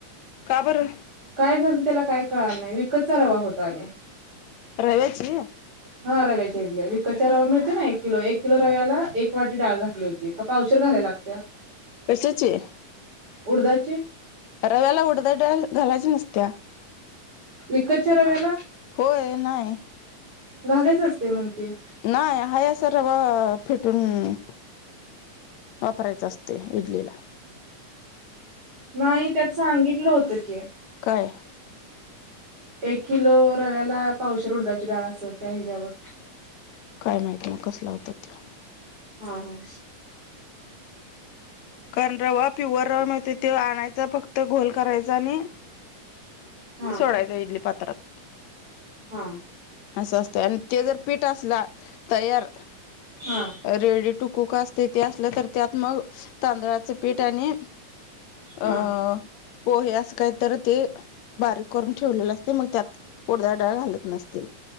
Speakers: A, on the left; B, on the right.
A: का बर?
B: काय झालंत त्याला काय कळाल नाही, विकतचा रवा होता आणि
A: रव्याची?
B: हा रव्याच्या इडल्या, विकतच्या रवा मिळत ना एक किलो, एक किलो रव्याला एक वाटी डाळ घातली होती. का पावशीर घालाय लागत्या?
A: कशाची
B: उडदाची
A: रव्याला उडदाची डाळ घालायची नसत्या.
B: विकतच्या रव्याला?
A: होय नाही
B: घालायच असतय म्हण की,
A: नाही आहे असा रवा फिटून वापरायचं असतोय ईडलीला
B: नाई त्यात सांगितलं होतं की,
A: काय?
B: एक किलो रव्याला पावशेर उडदाची डाळ असेल, त्या ह्याच्यावर
A: काय माहिती मग, कसला होता त्यो.
B: हा, हा.
A: कारण रवा प्युअर रवा मिळत त्यो आणायच फक्त गोल करायचा आणि
B: हा,
A: सोडायचा इडली पात्रात
B: हा
A: असं असतंय आणि ते जर पीठ असला, तयार
B: हा
A: रेडी टू कुक अस तेथे असलं तर त्यात मग, तांदळाचं पीठ आणि अं
B: हा
A: पोहे असं काहीतर ते, बारीक करून ठेवलेले असतय, मग त्यात उडदाची डाळ घालत नसतील.